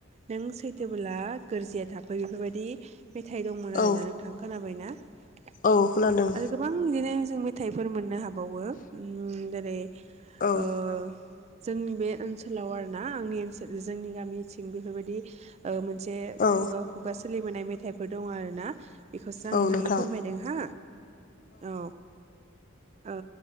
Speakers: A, on the right (about 30°); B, on the left (about 40°).
A: नों सैथोबोला गोरजिया थाफ बेफोरबायदि मेथाइ दंमोन
B: औ
A: आरोना नोंथां थाबायना <unintelligible>
B: औ खोनादों
A: आरो गोबां बिदिनो जों मेथाइफोर मोननो हाबावो उम जेरै
B: औ
A: ओ
B: नोंथां
A: जोंनि बे ओनसोलाव आरो ना आंनि ओनसोल जोंनि गामिथिं बेफोरबायदि ओ जे
B: औ
A: खुगा खुगा सो सोलिबोनाय मेथाइफोर दंङ आरोना बेखौसो आं
B: औ
A: नोंथांनो
B: नोंथां
A: फोरमायदों हो औ ओ